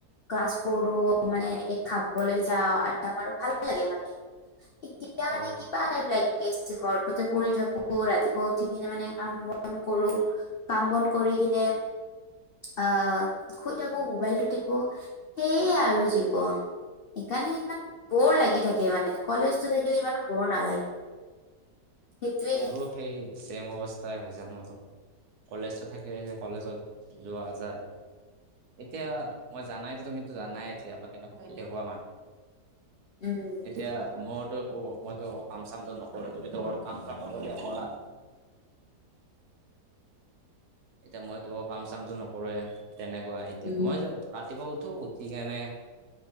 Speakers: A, on the left; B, on the right.
A: ক্লাছ কৰো মানে এনেকে খাবলৈ যাওঁ আড্ডা মাৰো ভাল লাগে মানে এতিয়া মানে
B: অ
A: কিবা টাইপ লাগি আছে ঘৰটোতে পৰি থাকো ৰাতিপুৱা উঠি কিনে মানে কাম বন কৰো কাম বন কৰি কিনে আহ শুই থাকো মোবাইলটো টিপো সেইয়াই আৰু জীৱন সেইকাৰণে ইমান বৌৰ লাগি থাকে মানে কলেজটো থাকিলে ইমানো বৰ নালাগে
B: <inaudible>
A: সেইটোয়ে
B: মোৰো সেই ছেম অৱস্থাই হৈছে মোৰ কলেজ থাকে যে কলেজত যোৱা যায় এতিয়া মই জানাইটো তুমিতো জানাই এতিয়া মই কেনেকুৱা এলেহুৱা মানুহ
A: উম
B: এতিয়া মইতো একো মইতো কাম চামটো নকৰো তুমিতো ঘৰত কাম <unintelligible> এতিয়া মইতো কাম চামটো নকৰোৱে তেনেকুৱা এতিয়া
A: উম
B: মই যে ৰাতিপুৱা উঠো উঠি কেনে